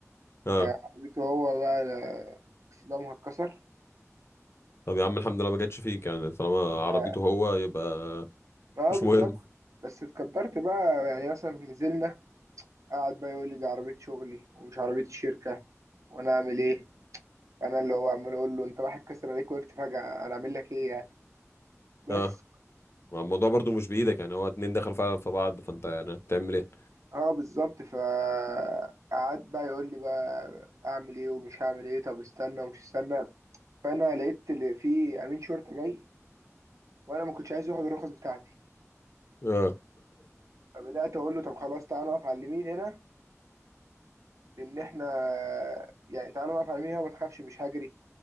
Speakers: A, on the left; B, on the right.
A: اه
B: آه، عربيته هو بقى آه، اكسدامها اتكسر
A: طب يا عم الحمد لله ما جاتش فيك يعني طالما
B: اه
A: عربيته هو يبقى
B: آه،
A: مش
B: بالظبط
A: مهم
B: بس اتقدرت بقى يعني مثلا نزلنا قعد بقى يقول لي دي عربية شغلي ومش عربية الشركة وأنا أعمل إيه انا اللي هو عمال اقول له انت واحد كسر عليك وقفت فجأة انا اعمل لك ايه يعني بس
A: اه ما الموضوع برضه مش بايدك يعني هو اتنين دخلوا فعلا في بعض فانت يعني هتعمل ايه
B: اه بالظبط فقعد بقى يقول لي بقى اعمل ايه ومش هعمل ايه طب استنى ومش استنى فانا لقيت اللي في امين شرطة جاي وانا ما كنتش عايز ياخد الرخص بتاعتي
A: اه
B: فبدأت اقول له طب خلاص تعالى نقف على اليمين هنا لان احنا يعني تعالى نقف على اليمين هنا وما تخافش مش هجري